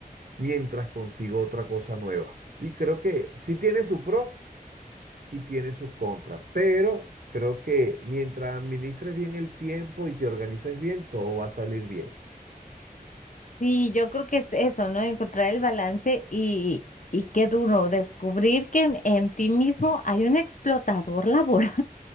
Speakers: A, on the right; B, on the left.
A: mientras consigo otra cosa nueva. Y creo que si tiene su pro y tiene sus contras, pero creo que mientras administres bien el tiempo y te organices bien, todo va a salir bien.
B: Sí, yo creo que es eso, ¿no? Encontrar el balance y, y qué duro, descubrir que en, en ti mismo hay un explotador laboral.